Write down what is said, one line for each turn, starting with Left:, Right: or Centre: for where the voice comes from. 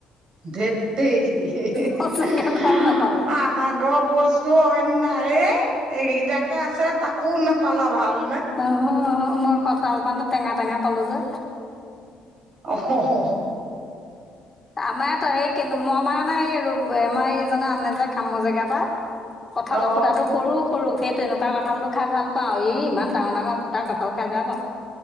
Right: ধেত তেৰি হে-হেহা
Left: সঁচাকে ভাল নাপালো
Right: আমাৰ ঘৰ বস্তু অইন নাইয়ে এইকেইটাকে আছে তাকো নেপালা ভাল
Left: অহ, অহ মই কঠাল মানে টেঙা - টেঙা পালো যে।
Right: অহ হ হহ
Left: আমাৰ সেই কে মমাৰ এই ৰ ব নাই আমাৰ এইজনে আনে যে কামৰ জেগাৰ পৰা কঠালৰ
Right: অ
Left: সুতাটো সৰু সৰু সেই তেনেকুৱা কঁঠালটো খাই ভাল পাও। এই ইমান ডাঙৰ-ডাঙৰ <unintelligible> কঁঠাল খাই বেয়া পাও।